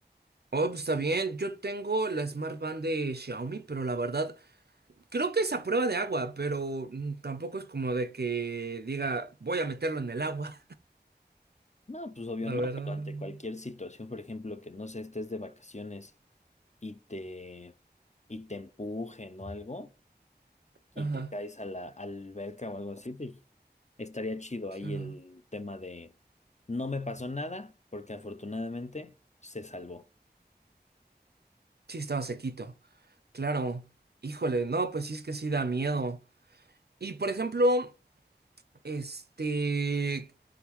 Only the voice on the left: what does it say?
No, pues obvio
no,
pero ante cualquier situación, por ejemplo, que no sé, estés de vacaciones y te, y te empujen o algo y
te caes a la alberca o algo así, pues, estaría chido
ahí el tema de no me pasó nada porque afortunadamente se salvó.